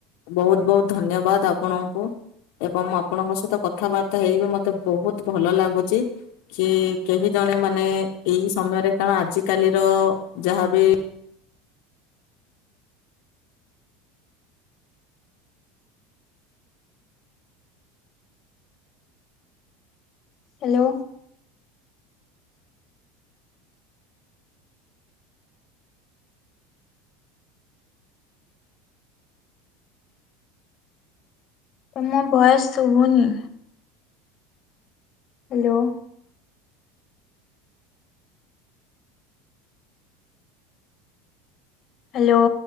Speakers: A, on the left; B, on the left.
A: ବହୁତ ବହୁତ ଧନ୍ୟବାଦ। ଆପଣଙ୍କୁ ଏବଂ ଆପଣଙ୍କ ସହିତ କଥାବାର୍ତ୍ତା ହେଇ ବିି ମତେ ବହୁତ ଭଲ ଲାଗୁଛି। କି କେହି ଜଣେ ମାନେ ଏଇ ସମୟରେ କଣ ଆଜିକାଲିର ଯାହାବି
B: ହ୍ୟାଲୋ। ତମ ଭଏସ୍ ଶୁଭୁନି। ହ୍ୟାଲୋ। ହ୍ୟାଲୋ।